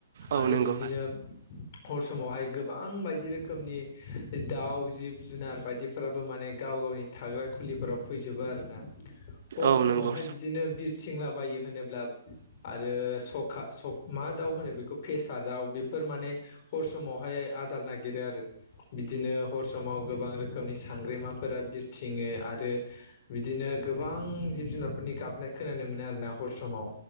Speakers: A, on the right (about 70°); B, on the left (about 45°).
A: औ
B: आरो
A: नंगौ
B: बिदिनो हर समावहाय गोबां बायदि रोखोमनि दाउ, जिब, जुनार बायदिफोराबो माने गाव गावनि थाग्रा खुलिफोराव फैजोबो आरोना। हर
A: औ
B: समावहाय
A: नंगौ
B: बिदिनो बिरथिंलाबायो होनोब्ला आरो सखा सख मा दाउ होनो बेखौ फेसा दाउ बेफोर माने हर समावहाय आदार नागिरो आरो बिदिनो हर समाव गोबां रोखोमनि सांग्रेमाफोरा बिरथिङो आरो बिदिनो गोबां जिब जुनारफोरनि गाबनाय खोनानो मोनो आरोना हर समाव।